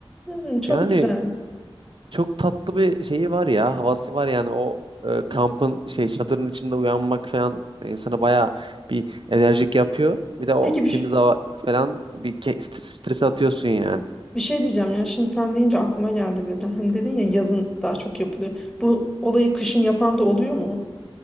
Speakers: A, in the centre; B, on the right.
A: hmm, çok
B: Yani
A: güzel.
B: çok tatlı bir şeyi var ya havası var yani o e, kampın şey çadırın içinde uyanmak falan insana bayağı bir enerjik yapıyor. Bir de o
A: Peki bir,
B: temiz
A: ş-
B: hava falan bir ke- stres, stres atıyorsun yani.
A: bir şey diyeceğim ya şimdi sen deyince aklıma geldi birden. Hani dedin ya yazın daha çok yapılıyor. Bu olayı kışın yapan da oluyor mu?